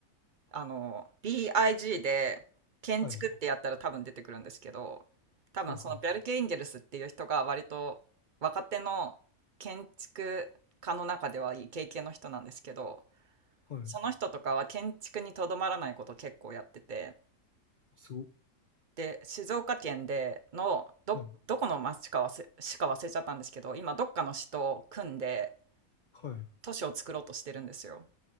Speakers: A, on the right; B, on the left.
A: あの、BIG で建築ってやったら多分出てくるんですけど、
B: はい。
A: 多分そのベルケ・
B: はいはい。
A: インゲルスっていう人が割と若手の建築家の中ではいい経験の人なんですけど、
B: はい。
A: その人とかは建築にとどまらないことを結構やってて、
B: すご。
A: で、静岡県でのど、
B: はい。
A: どこの町かわせ市か忘れちゃったんですけど、今どっかの市と組んで
B: は
A: 都市を作ろうとしてるんですよ。